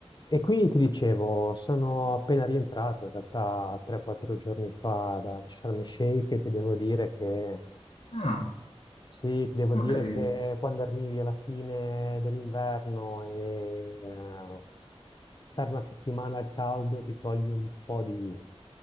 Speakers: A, on the left; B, on the left.
A: E quindi ti dicevo, sono appena rientrato in realtà 3-4 giorni fa da da Sharm el Sheikh e ti devo dire che
B: Ah,
A: sì, ti devo
B: ho
A: dire
B: capito.
A: che quando arrivi alla fine dell'inverno e eh, stare una settimana al caldo ti togli un po' di,